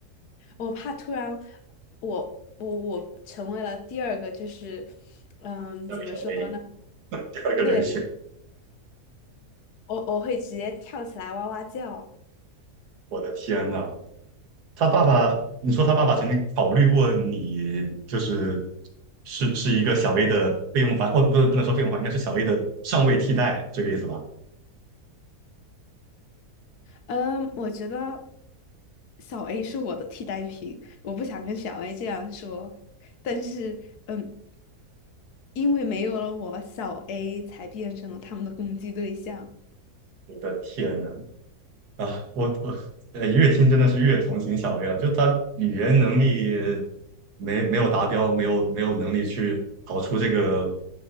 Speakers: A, on the left (about 75°); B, on the right (about 75°).
A: 我怕突然我我我成为了第二个，就是嗯，
B: 要成为
A: 怎么说呢？
B: 第二个人选。
A: 对，我我会直接跳起来哇哇叫。
B: 我的天呐，他爸爸，你说他爸爸曾经考虑过你，就是是是一个小 A 的备用房，哦，不是不能说备用房，应该是小 A 的上位替代，这个意思吧？
A: 嗯，我觉得小 A 是我的替代品，我不想跟小 A 这样说，但是，嗯，因为没有了我，小 A 才变成了他们的攻击对象。
B: 我的天呐，啊，我我呃，越听真的是越同情小薇了。就她语言能力没没有达标，没有没有能力去逃出这个